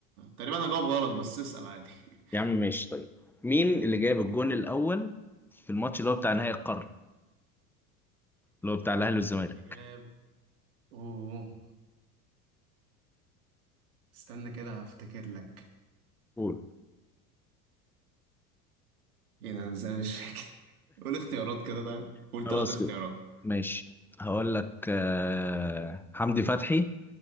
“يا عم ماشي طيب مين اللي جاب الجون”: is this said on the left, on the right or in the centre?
Centre